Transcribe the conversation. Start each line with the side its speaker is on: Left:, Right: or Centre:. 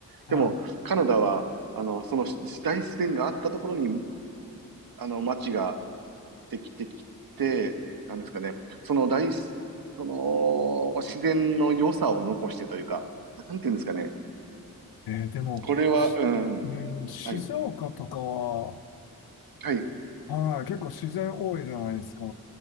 Left: はい。
Right: でも、カナダは、あの、そのし大自然があったところに、あの、街ができてきて、なんですかね、その大す、その自然の良さを残してというか、なんていうんですかね、
Left: えーでも、
Right: これは、
Left: しうん、
Right: うん、
Left: 静岡とかは、
Right: はい、はい、
Left: はい、結構自然多いじゃないですか。